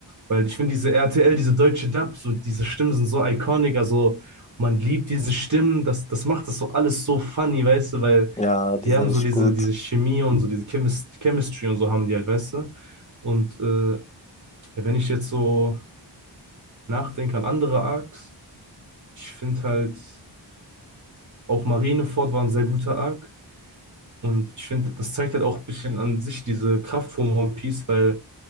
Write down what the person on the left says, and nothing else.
ja, die
sind
richtig
gut.